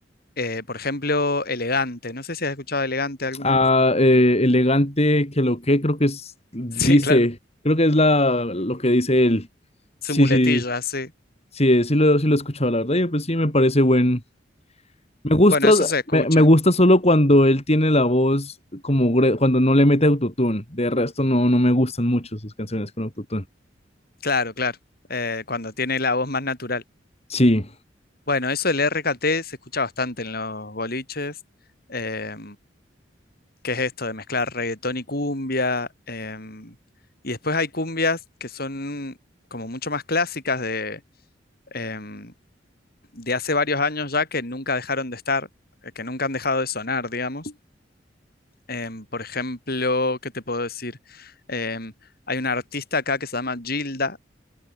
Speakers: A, on the left (about 55°); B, on the left (about 35°).
A: Eh, por ejemplo, Elegante, no sé si has escuchado Elegante alguna
B: Ah,
A: vez. <laughs>
B: eh, elegante, que lo que creo que es, dice,
A: Sí, claro.
B: creo que es la, lo que dice él.
A: Su
B: Sí,
A: muletilla,
B: sí,
A: sí.
B: sí, sí lo, sí lo he escuchado, la verdad. Y pues sí, me parece buen, Me gusta,
A: Bueno, eso se escucha,
B: me, me gusta solo cuando él tiene la voz como gre- cuando no le mete autotune. De resto no, no me gustan mucho sus canciones con autotune.
A: claro, claro, eh, cuando tiene la voz más natural.
B: Sí,
A: Bueno, eso del RKT se escucha bastante en los boliches. eh, que es esto de mezclar reggaetón y cumbia. em, y después hay cumbias que son como mucho más clásicas de, em, de hace varios años ya que nunca dejaron de estar, eh, que nunca han dejado de sonar, digamos. Em, por ejemplo, ¿qué te puedo decir? Em, hay una artista acá que se llama Gilda,